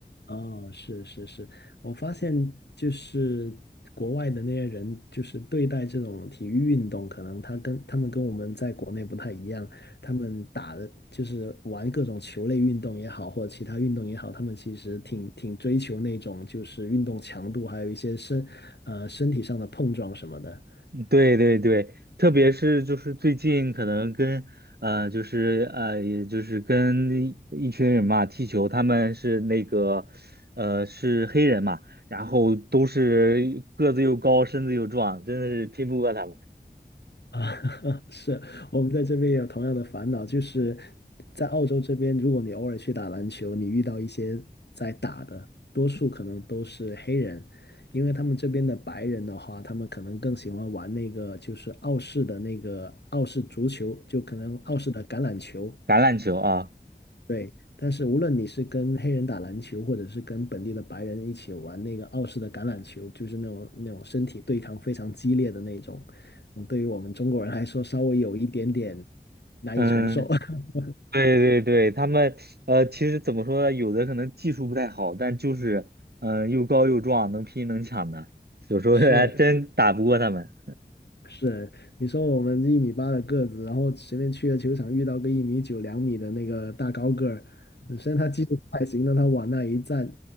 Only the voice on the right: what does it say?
嗯对对对，特别是就是最近可能跟呃就是呃也就是跟一一群人嘛踢球，他们是那个呃是黑人嘛，然后都是个子又高，身子又壮，真的是拼不过他们。
橄榄球啊，
嗯，
对对对，他们呃其实怎么说呢，有的可能技术不太好，但就是嗯、呃又高又壮，能拼能抢的，有时候还真打不过他们。